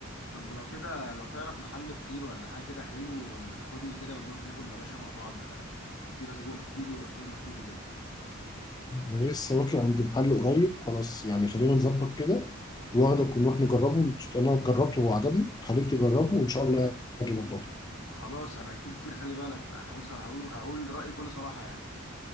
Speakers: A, on the left (about 85°); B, on the left (about 20°).
A: طب ما لو كده لو تعرف محل فطير ولا حاجة كده حلو ما تاخدني كده ونروح ناكل يا باشا مع بعض آه، فطيرة سجق كيري وبسطرمة كيري كده
B: انا لسه واكل عند محل قريب خلاص يعني خلينا نظبط كده واخدك ونروح نجربه انا جربته وعجبني هخليك تجربه وان شاء الله يعجبك برضه
A: خلاص انا اكل فطير خلي بالك فانا هقول هقول هقول رأيي بكل صراحة يعني